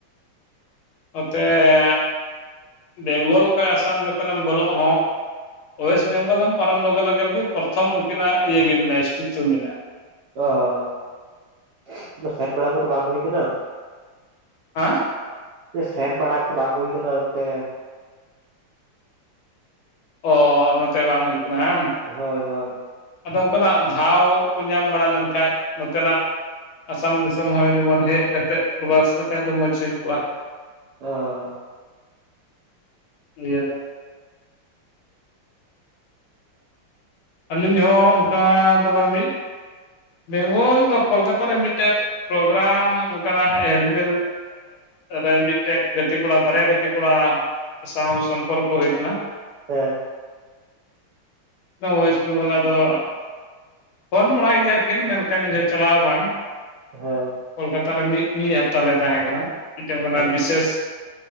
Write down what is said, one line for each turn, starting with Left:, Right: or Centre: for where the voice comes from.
Left: ᱱᱚᱛᱮᱸᱻ ᱵᱮᱝᱜᱚᱞ ᱠᱷᱚᱱ ᱾ᱟᱥᱟᱢ ᱡᱚᱠᱷᱚᱱ ᱮᱢ ᱵᱚᱞᱚ-ᱜ ᱦᱚᱸ ᱚᱳᱭᱮᱥᱴ ᱵᱮᱝᱜᱚᱞ ᱮᱢ ᱯᱟᱨᱚᱢ ᱞᱚᱜᱟ - ᱞᱟᱜᱟ ᱨᱮᱜᱮ, ᱯᱨᱚᱛᱷᱚᱢ ᱩᱱᱠᱤᱱᱟ-ᱜ ᱤᱭᱟᱹ ᱜᱮ, ᱢᱮᱱᱟᱜᱼᱟ᱾ ᱥᱴᱮᱪᱩ ᱢᱮᱱᱟᱜᱼᱟ᱾
Right: ᱚᱸ ᱥᱮᱱ ᱵᱮᱲᱟ ᱠᱚ-ᱛᱚ ᱵᱟᱝ ᱦᱩᱭ ᱠᱟᱱᱟ?
Left: ᱦᱟᱸ᱾
Right: ᱥᱮᱱ ᱵᱟᱲᱟ ᱠᱚ, ᱵᱟᱝ ᱦᱩᱭ ᱟᱠᱟᱱᱟ᱾ ᱚᱱᱛᱮ
Left: ᱚᱻ ᱱᱚᱛᱮ ᱵᱟᱝ ᱦᱩᱭ ᱠᱟᱱᱟ ᱾ᱟᱝ
Right: ᱦᱳᱭ - ᱦᱳᱭ᱾
Left: ᱟᱫᱚ ᱚᱱᱠᱟᱱᱟ-ᱜ ᱫᱷᱽᱟᱣ ᱠᱚ ᱧᱟᱢ ᱵᱟᱲᱟ ᱞᱮᱱᱠᱷᱟᱡ᱾ ᱱᱚᱛᱮᱱᱟ-ᱜ᱾ ᱟᱥᱟᱢ ᱫᱤᱥᱚᱢ ᱦᱚᱸ ᱡᱮᱢᱚᱱ, ᱦᱮᱡ ᱠᱟᱛᱮ᱾ ᱯᱚᱨᱵᱟᱥ ᱞᱮᱠᱷᱟᱡ ᱫᱚ ᱾ ᱢᱚᱸᱡᱽᱷ ᱦᱩᱭ ᱠᱚᱜᱼᱟ᱾
Right: ᱚᱸᱻ
Left: ᱤᱭᱟᱹ ᱫᱚ᱾ ᱟᱹᱞᱤᱧ ᱦᱚᱸ ᱚᱱᱠᱟ᱾ ᱫᱚ ᱵᱟᱝ ᱢᱤᱫ ᱵᱮᱝᱜᱚᱞ ᱫᱚ, ᱠᱳᱞᱠᱟᱛᱟ ᱨᱮ᱾ ᱢᱤᱫᱴᱮᱡ ᱯᱨᱳᱜᱨᱟᱢ ᱚᱱᱠᱟᱱᱟ-ᱜ ᱦᱮᱞ-ᱢᱮᱞ ᱨᱮ, ᱢᱤᱫᱴᱮᱡ ᱜᱟᱛᱮ ᱠᱚᱲᱟ ᱾ ᱵᱟᱨᱭᱟ ᱜᱟᱛᱮ ᱠᱚᱲᱟ᱾ ᱥᱟᱶ ᱦᱚᱸ ᱥᱚᱢᱯᱚᱨᱠ ᱦᱩᱭᱱᱟ᱾
Right: ᱦᱮᱸ᱾
Left: ᱚᱭᱮᱥᱴ ᱵᱮᱝᱜᱚᱞ ᱟᱫᱚ᱾ ᱯᱷᱳᱱ ᱵᱟᱲᱟᱭ, ᱮᱫᱮᱭᱟᱠᱤᱱ᱾ ᱢᱮᱱᱠᱷᱟᱱ ᱤᱧᱦᱚᱸ ᱪᱟᱞᱟᱣ ᱵᱟᱝ
Right: ᱦᱮᱸ᱾
Left: ᱠᱳᱞᱠᱟᱛᱟ ᱨᱮ, ᱢᱤᱫ ᱢᱤᱫ ᱦᱟᱯᱛᱟᱞ ᱞᱮ ᱛᱟᱦᱮᱸ ᱠᱟᱱᱟ᱾ ᱢᱤᱫᱴᱮᱱ ᱠᱟᱱᱟ
Right: ᱦᱮᱸ
Left: ᱵᱤᱥᱮᱥ